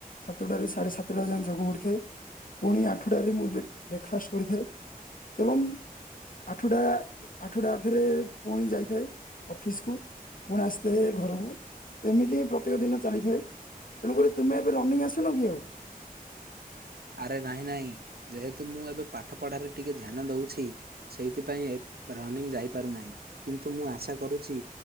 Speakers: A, on the left (about 65°); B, on the right (about 85°).
A: ସାତଟା ରୁ ସାଢେ ସାତଟା ଯାଏ ଯୋଗ କରିଥାଏ। ପୁଣି ଆଠୁଟାରେ ମୁଁ ବ୍ରେ ବ୍ରେକ୍ଫାଷ୍ଟ କରିଥାଏ ଏବଂ ଆଠୁଟା ଆଠୁଟା ଅଧେରେ ପୁଣି ଯାଇଥାଏ ଅଫିସକୁୁ। ପୁଣି ଆସିଥାଏ ଘରକୁ ଏମିତି ହିଁ ପ୍ରତେକ ଦିନ ଚାଲିଥାଏ। ତେଣୁକରି ତୁମେ ଏବେ ରନିଂ ଆସୁନ କି ଆଉ।
B: <inaudible> ଆରେ ନହିଁ ନହିଁ ଯେହେତୁ ମୁଁ ଏବେ ପାଠ ପଢାରେ ଟିକେ ଧ୍ୟାନ ଦଉଛି ସେଇଥିପାଇଁ ଏ ରନିଂ ଯାଇପାରୁନାହିଁ କିନ୍ତୁ ମୁଁ ଆଶା କରୁଛି